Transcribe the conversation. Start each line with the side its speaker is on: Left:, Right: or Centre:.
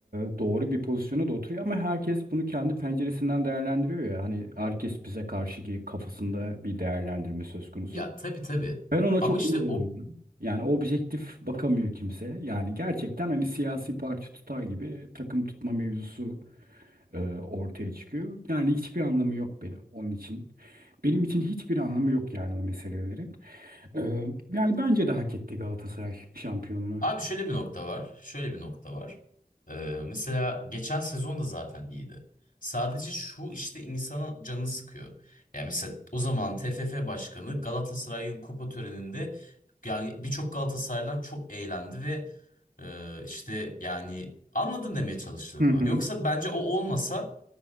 Right: e, doğru bir pozisyona da oturuyor ama herkes bunu kendi penceresinden değerlendiriyor ya hani herkes bize karşı ki kafasında bir değerlendirme söz konusu
Left: Ya tabii tabii.
Right: ben ona
Left: Ama
Right: çok
Left: işte
Right: üzülüyorum
Left: o
Right: yani objektif bakamıyor kimse yani gerçekten hani siyasi parti tutar gibi takım tutma mevzusu e, ortaya çıkıyor. Yani hiçbir anlamı yok benim onun için. Benim için hiçbir anlamı yok yani o meselelerin. E, yani bence de hak etti Galatasaray şampiyonluğu.
Left: Abi şöyle bir nokta var. Şöyle bir nokta var. Ee, mesela geçen sezon da zaten iyiydi. Sadece şu işte insanın canını sıkıyor. Yani mesela o zaman TFF Başkanı Galatasaray'ın kupa töreninde yani birçok Galatasaraylı'dan çok eğlendi ve e, işte yani anladın demeye çalıştığımı.
Right: Hı hı.
Left: Yoksa bence o olmasa